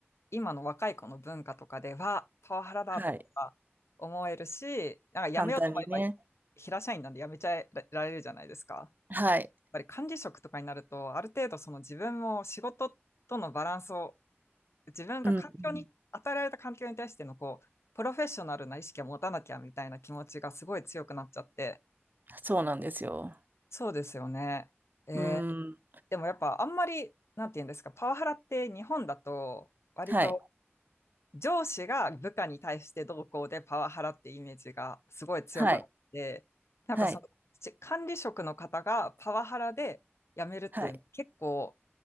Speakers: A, on the left; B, on the right.
A: 今の若い子の文化とかでは、パワハラだとか思えるし、
B: はい。
A: なんかやめようと思えば、
B: 簡単にね。
A: 平社員なんでやめちゃえられるじゃないですか。
B: はい。
A: ぱり管理職とかになると、ある程度その自分も仕事とのバランスを、自分が環境に、
B: うん、うん。
A: 与えられた環境に対してのこう、プロフェッショナルな意識を持たなきゃみたいな気持ちがすごい強くなっちゃって。
B: そうなんですよ。
A: そうですよね。えー
B: うん。
A: でもやっぱあんまり、なんて言うんですか、パワハラって日本だと、割と
B: はい。
A: 上司が部下に対してどうこうでパワハラってイメージがすごい強かったので、
B: はい。
A: なんかその、
B: はい。
A: ち管理職の方がパワハラで辞めるっていうの結構
B: はい。